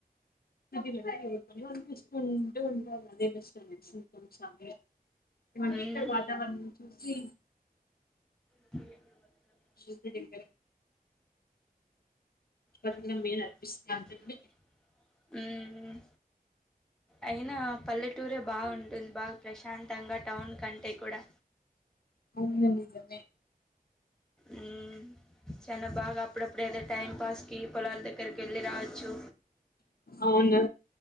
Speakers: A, on the left (about 75°); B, in the centre.
A: అదే మేడం ఎవరి పని వాళ్ళుచేసుకుంటూ ఉండాలి అదే బెస్ట్ <unintelligible> వన్
B: మ్మ్
A: వీక్క్ తర్వాత వాళ్ళను చూసి
B: పోయి ఎక్కడ బతకడం
A: శుద్ది దింపే బతకడం
B: ప్రతి దినం
A: మేలు
B: మీరే
A: అనిపిస్తుంది
B: అర్పిస్తున్నట్టుంది. ఉమ్. అయినా పల్లెటూరే బాగుంటుంది. బాగా ప్రశాంతంగా టౌన్ కంటే కూడా
A: అవునండి. నిజమే
B: ఉమ్ చానా బాగా అప్పుడప్పుడు ఏదో టైం పాస్కి పొలాల దగ్గర కర్కి యెళ్ళి రావచ్చు
A: అవును